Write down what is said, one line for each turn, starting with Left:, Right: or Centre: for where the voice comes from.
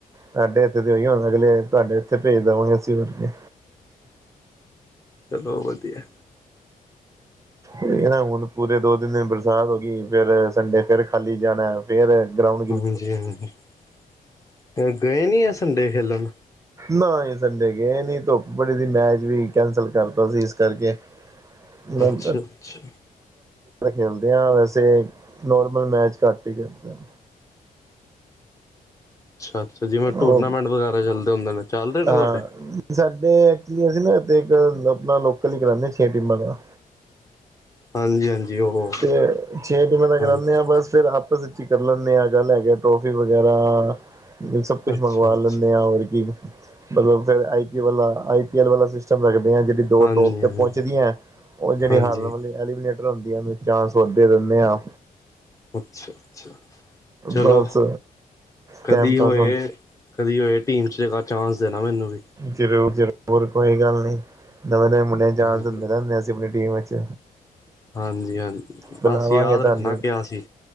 Right: ਸਾਡੇ ਇੱਥੇ ਤੇ ਉਹੀ ਹਦਾ ਅਗਲੇ ਤੁਹਾਡੇ ਇੱਥੇ ਭੇਜ ਦੇ ਹੋਗੇ ਅਸੀਂ ਹੁਨੇ
Left: ਚਲੋ ਵਧੀਆ।
Right: ਇਹ ਨਾ ਹੁਣ ਪੂਰੇ ਦੋ ਤਨ ਦਿਨ ਬਰਸਾਤ ਹੋ ਗਈ ਫੇਿਰ ਸੰਡੇ ਫੇਿਰ ਖਾਲੀ ਜਾਣਾ। ਫੇਰ ਗਰਾੳਡ
Left: ਹਾਂਜੀ, ਹਾਂਜੀ ਗਏ ਨੀ ਆ ਸੰਡੇ ਖੇਲਣ
Right: ਨਾ ਹੀ ਸੰਡੇ ਗਏ ਨੀ ਧੁੱਪ ਬੜੀ ਸੀ। ਮੈਚ ਵੀ ਕੈਂਸਲ ਕਰ ਦਿਤਾ ਸੀ ਇਸ ਕਰਕੇ <unintelligible>
Left: ਅੱਛਾ ਅੱਛਾ
Right: ਖੇਡਦੇ ਹ ਵੈਸੇ ਨੋਰਮਲ ਮੈਚ ਘੱਟ ਹੀ ਖੇਡਦੇ ਆ।
Left: ਅੱਛਾ ਅੱਛਾ ਜਿਵੇਂ ਟੂਰਨਾਮੈਂਟ
Right: ਉਹ
Left: ਵਗੈਰਾ ਚੱਲਦੇ ਹੁੰਦੇ ਨੇ ਚੱਲ ਰਹੇ ਨੇ
Right: ਹਾ
Left: ਤੁਹਾਡੇ।
Right: ਸਾਡੇ ਐਕਚੁਲੀ ਅਸੀਂ ਨਾ ਇੱਥੇ ਇੱਕ ਆਪਣਾ ਲੋਕਲ ਹੀ ਕਰਾਉਂਦੇ ਹਾਂ ਛੇ ਟੀਮਾਂ ਦਾ।
Left: ਹਾਂਜੀ, ਹਾਂਜੀ। ਉਹ
Right: ਤੇ ਛੇ ਦਿਨਾ ਤਾਂ ਕਰਾਦੇ
Left: ਹਾਂਜੀ
Right: ਹਾਂ ਬਸ ਫਿਰ ਆਪਸ ਚ ਕਰ ਲੈਂਦੇ ਹਾਂ ਕੱਲ੍ਹ ਹੈਗੇ ਟਰੋਫੀ ਵਗੈਰਾ ਸਬ ਕੁਛ
Left: ਅੱਛਾ
Right: ਮੰਗਵਾ
Left: ਅੱਛਾ
Right: ਲੈਂਦੇ ਆਾਂ ਹੋਰ ਕੀ ਮਤਲਬ ਫਿਰ ਆਈ ਪੀ ਵਾਲਾ ਆਈ ਪੀ ਐਲ ਵਾਲਾ ਸਟਮ ਰੱਖਦੇ ਹ ਜਿਹੜੀ ਦੋ
Left: ਹਾਂਜੀ
Right: ਟੋਪ ਤੇ
Left: ਹਾਂਜੀ
Right: ਪਹੁੰਚਦੀਆਂ ਉਹ ਜਿਹੜੀ
Left: ਹਾਂਜੀ
Right: ਹਾਰਨ ਵਾਲੀ ਐਲੀਮੀਨੇਟਰ ਹੁੰਦੀਆਂ ਨੇ ਚਾਸ ਵੱਧਦੈ ਰਹਿਦੇ ਆ।
Left: ਅੱਛਾ, ਅੱਛਾ ਚਲੋ
Right: ਬਸ
Left: ਕਦੀ
Right: ਟਾਈਮ ਪਾਸ
Left: ਹੋਏ ਕਦੀ ਹੋਏ ਟੀਮ ਚ ਜਗਾ ਚਾਂਸ ਦੇਣਾ ਮੈਨੂੰ ਵੀ
Right: ਜ਼ਰੂਰ, ਜ਼ਰੂਰ ਕੋਈ ਗੱਲ ਨੀ ਨਵੇਂ, ਨਵੇਂ ਮੁੰਡੇ ਚਾਸ
Left: ਹਾਂਜੀ,
Right: ਦਿੰਦੇ ਰਹਿੰਦੇ ਅਸੀਂ ਆਪਣੀ ਟੀਮ ਵਿਚ
Left: ਹਾਂਜੀ, ਹਾਂਜੀ
Right: ਬੁਲਾਵਾਂਗੇ
Left: ਬਸ ਯਾਦ
Right: ਤੁਹਾਨੂੰ
Left: ਰੱਖਣਾ ਕਿਆ ਸੀ।